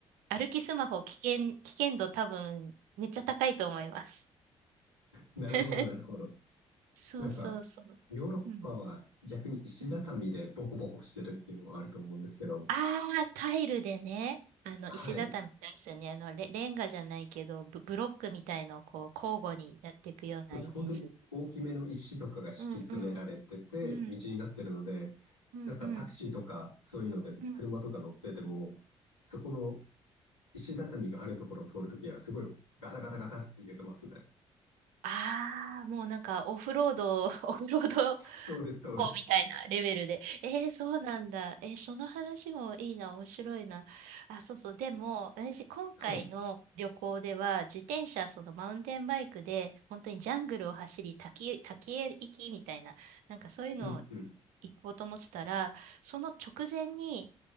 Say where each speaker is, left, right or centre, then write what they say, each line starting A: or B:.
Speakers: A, on the right; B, on the left.
A: 歩きスマホ危険、危険度多分、めっちゃ高いと思います。
B: なるほど、
A: <laughs>
B: なるほど。
A: そうそうそう。
B: なんか、ヨーロッパは逆に石畳でボコボコしてるっていうのはあると思うんですけど、
A: うん。うんああ、タイルでね、あの、
B: はい、
A: 石畳みたいですよね。あの、レ、レンガじゃないけど、ブ、ブロックみたいのをこう、交互にやっていくようなイメージ。
B: そうです。本当に大きめの石とかが敷き詰められてて、
A: うんうん。うん。
B: 道になってるので、
A: うんうん
B: なんかタクシーとかそういうので車とか乗ってても、
A: うん。
B: そこの石畳があるところを通るときはすごいガタガタガタって揺れますね。
A: ああ、もうなんかオフロード、<laughs> オフロード
B: そうです、そうです。
A: こうみたいなレベルで。えー、そうなんだ。えーその話もいいな、面白いな。あ、そうそう。でも、私、今回の旅行では、
B: はい。
A: 自転車、そのマウンテンバイクで、本当にジャングルを走り、滝、滝へ行きみたいな、なんかそういうのを
B: うんうん。
A: 行こうと思ってたら、その直前に、